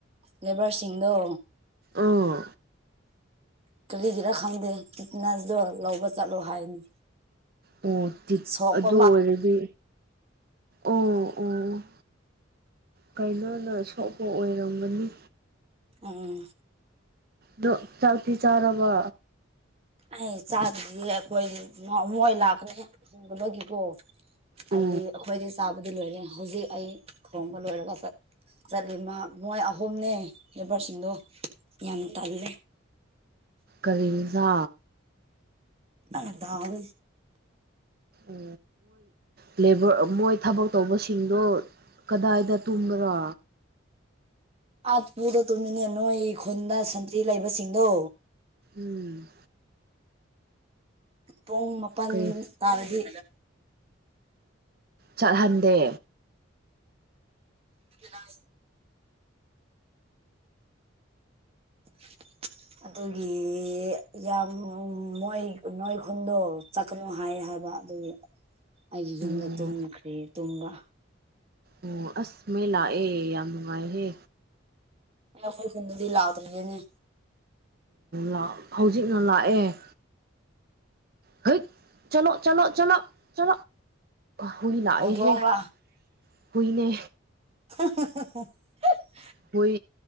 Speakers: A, on the right; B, on the right.
A: ꯂꯦꯕꯔ ꯊꯁꯤꯡꯒꯣ
B: ꯑꯥ
A: ꯀꯔꯤꯒꯤꯔ ꯈꯪꯗꯦ ꯐꯤꯠꯅꯦꯁꯗꯣ ꯂꯧꯕ ꯆꯠꯂꯣ ꯍꯥꯏꯅꯤ
B: ꯑꯣ ꯇꯤ
A: ꯁꯣꯛꯄ
B: ꯑꯗꯨ ꯑꯣꯏꯔꯗꯤ ꯑꯣ
A: ꯑ
B: ꯑꯣ ꯀꯩꯅꯣꯅ ꯁꯣꯛꯄ ꯑꯣꯏꯔꯝꯒꯅꯤ
A: ꯑꯥ
B: ꯅ ꯆꯥꯎꯥꯎꯊꯤ ꯆꯥꯔꯕ
A: ꯑꯩ ꯆꯥꯗ꯭ꯔꯤ ꯑꯩꯈꯣꯏ ꯃꯣꯏ ꯂꯥꯛꯀ꯭ꯔꯦꯕꯒꯤꯀꯣ ꯑꯩꯗꯤ
B: ꯑꯣ
A: ꯑꯩꯈꯣꯏꯗꯤ ꯆꯥꯕꯗꯤ ꯂꯣꯏꯔꯦ ꯍꯧꯖꯤꯛ ꯑꯩ ꯊꯣꯡꯕ ꯂꯣꯏꯔꯒ ꯆꯠꯂꯤ ꯃꯣꯏ ꯑꯍꯨꯝꯅꯦ ꯂꯦꯕꯔꯁꯤꯡꯗꯣ ꯌꯥꯝ ꯇꯜꯂꯦ
B: ꯀꯔꯤꯖꯥ
A: ꯑꯗꯥꯎ
B: ꯎ ꯃꯣꯏꯕꯔ ꯃꯣꯏ ꯊꯕꯛ ꯇꯧꯕꯁꯤꯡꯗꯣ ꯀꯗꯥꯏꯗ ꯇꯨꯝꯕ꯭ꯔꯥ
A: ꯑꯥꯠ ꯄꯨꯗ ꯇꯨꯝꯃꯤꯅꯦ ꯅꯣꯏ ꯈꯨꯟꯗ ꯁꯟꯇ꯭ꯔꯤ ꯂꯩꯕꯁꯤꯡꯗꯣ
B: ꯎꯝ
A: ꯄꯨꯡ ꯃꯥꯄꯜ
B: ꯀꯩ
A: ꯇꯥꯕꯗꯤ
B: ꯆꯠꯍꯟꯗꯦ
A: ꯑꯗꯨꯗ <unintelligible> ꯑꯗꯨꯒꯤ ꯌꯥꯝ ꯃꯣꯏ ꯅꯣꯏꯈꯟꯗꯣ ꯆꯠꯀꯅꯨ ꯍꯥꯏ ꯍꯥꯏ ꯐꯕ ꯑꯗꯨ ꯑꯩꯒꯤ ꯌꯨꯝꯗ
B: ꯎꯝ
A: ꯇꯨꯝꯈ꯭ꯔꯦ ꯇꯨꯝꯕ
B: ꯑꯣ ꯑꯁꯃꯦ ꯂꯥ ꯑꯦ ꯌꯥꯝꯃꯅꯨꯡꯃꯍꯦ
A: ꯑ ꯍꯈꯣꯏ ꯐꯗꯗꯤ ꯂꯥꯎꯇꯔꯅꯦ
B: ꯑꯣ ꯍꯧꯖꯤꯛꯅ ꯂꯥꯛꯑꯦ ꯍ ꯆꯠ ꯆꯂ ꯆꯠ ꯆ ꯍꯨꯏ ꯂꯥꯑ
A: ꯍꯧꯗꯣꯡꯔ
B: ꯍꯦ ꯍꯏꯅꯦ
A: <unintelligible>
B: ꯍꯣꯏ